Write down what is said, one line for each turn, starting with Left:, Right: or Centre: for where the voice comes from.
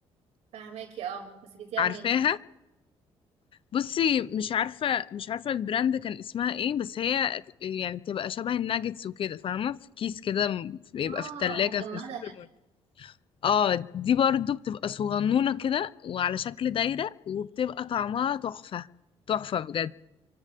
Right: فهماكي اه بس جبتيها
Left: عارفاها
Right: منين؟
Left: بصي مش عارفة مش عارفة البراند كان اسمها ايه بس هي يعني بتبقى شبه الناجتس وكده فاهمة في كيس كده م- بيبقى
Right: اه
Left: في التلاجة
Right: مجمدة
Left: في السوبر ماركت اه دي برضو بتبقى صغنونة كده وعلى شكل دايرة وبتبقى طعمها تحفة تحفة بجد